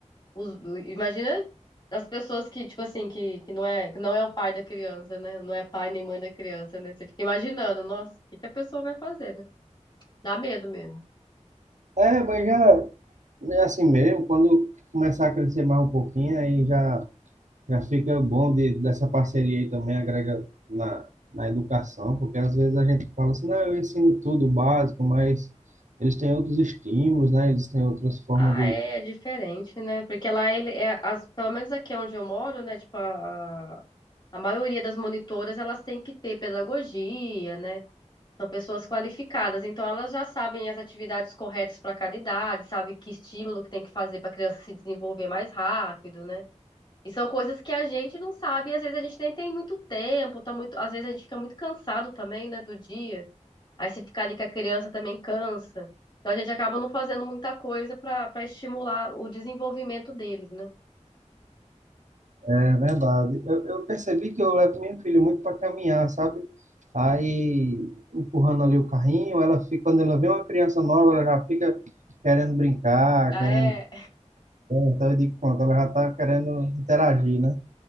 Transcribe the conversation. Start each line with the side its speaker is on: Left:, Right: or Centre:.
Left: Os- imagina as pessoas que tipo assim, que, que não é, que não é o pai da criança, né? Não é pai nem mãe da criança, né? Você fica imaginando, nossa, o que que a pessoa vai fazer, né? Dá medo mesmo.
Right: É, mas já é assim mesmo, quando começar a crescer mais um pouquinho, aí já, já fica bom de, dessa parceria aí também, agrega na, na educação, porque às vezes a gente fala assim, não, eu ensino tudo básico, mas eles têm outros estímulos, né? Eles têm outras formas
Left: Ah,
Right: de
Left: é, é diferente, né? Porque lá ele é, as, pelo menos aqui onde eu moro, né? Tipo a, a a maioria das monitoras, elas têm que ter pedagogia, né? São pessoas qualificadas, então elas já sabem as atividades corretas para cada idade, sabe que estímulo que tem que fazer para a criança se desenvolver mais rápido, né? E são coisas que a gente não sabe, e às vezes a gente nem tem muito tempo, tá muito, às vezes a gente fica muito cansado também, né, do dia. Aí se ficar ali com a criança também cansa. Então a gente acaba não fazendo muita coisa para para estimular o desenvolvimento deles, né?
Right: É verdade. Eu, eu percebi que eu levo minha filha muito para caminhar, sabe? Aí, empurrando ali o carrinho, ela fica, quando ela vê uma criança nova, ela já fica querendo brincar,
Left: Ah,
Right: querendo.
Left: é,
Right: Então eu digo, pronto, ela já está querendo interagir, né?